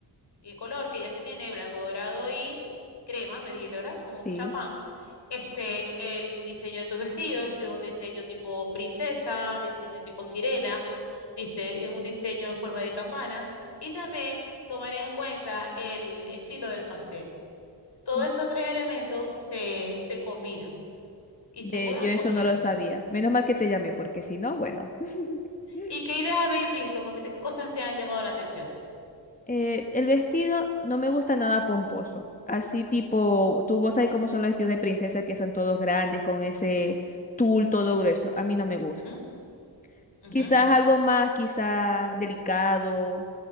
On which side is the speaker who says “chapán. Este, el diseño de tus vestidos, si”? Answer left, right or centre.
Left